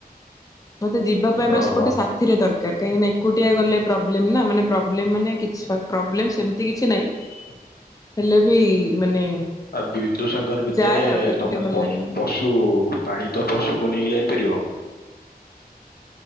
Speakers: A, on the left; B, on the left.
A: ମତେ ଯିବା ପାଇଁ ବାସ୍
B: ଓହୋ।
A: ଗୋଟେ ସା ଥିରେ ଦରକାର କାହିଁକି ନା ଏକୁଟିଆ ଗଲେ ପ୍ରୋବ୍ଲେମ୍ ନା ମାନେ ପ୍ରୋବ୍ଲେମ୍ ମାନେ କିଛି ପ୍ରୋବ୍ଲେମ୍ ସେମିତି କିଛି ନାହିଁ।
B: <inaudible>
A: ହେଲେ ବି ମାନେ
B: ଆ ବିନ୍ଦୁସାଗର ଭିତରେ
A: ଯାଏ ଆଉ ଏକୁଟିଆ
B: ତମେ
A: ଭଲ
B: ପସ୍
A: ଲାଗେନି।
B: ପଶୁ କୁ ପାଳିତ ପଶୁଙ୍କୁ ନେଇକି ଯାଇପାରିବ?